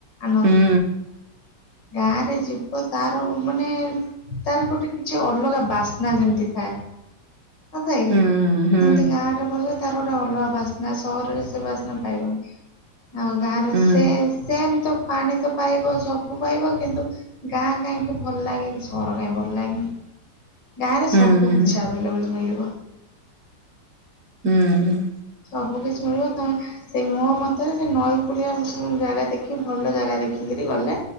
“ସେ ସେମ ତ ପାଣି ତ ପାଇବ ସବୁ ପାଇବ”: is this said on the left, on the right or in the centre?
Left